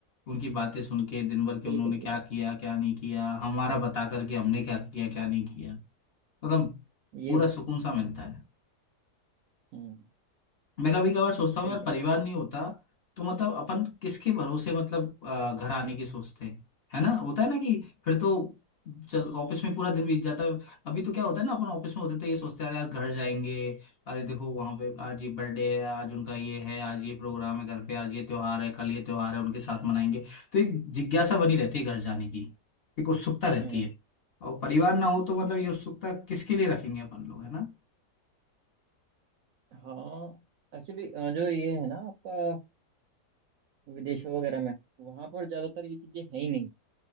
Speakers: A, on the left (about 45°); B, on the right (about 70°).
A: उनकी बातें सुन के दिन भर के
B: बिल्कुल
A: उन्होंने क्या
B: बिल्कुल
A: किया क्या नहीं किया हमारा बता करके हमने क्या किया क्या नहीं किया मतलब
B: ये
A: पूरा
B: बात
A: सुकून सा मिलता है
B: हम्म
A: मैं कभी कभार सोचता हूँ
B: सही
A: यार
B: कह
A: परिवार
B: रहे
A: नहीं होता तो मतलब अपन किसके भरोसे मतलब अ, घर आने की सोचते हैं है ना होता है ना कि फिर तो चल ऑफिस में पूरा दिन बीत जाता है अभी तो क्या होता है ना अपन ऑफिस में होते तो ये सोचते हैं अरे यार घर जाएंगे अरे देखो वहां पे आज ये बर्थडे है आज उनका ये है आज ये प्रोग्राम है घर पे आज ये त्योहार है कल ये त्योहार है उनके साथ मनाएंगे तो एक जिज्ञासा बनी रहती है घर जाने की एक उत्सुकता रहती
B: हो। हम्म
A: है और परिवार ना हो तो मतलब ये उत्सुकता किसके लिए रखेंगे अपन लोग है ना
B: हाँ एक्चुअली जो ये है ना आपका विदेशों वगैरह में वहां पर ज्यादातर ये चीजें हैं ही नहीं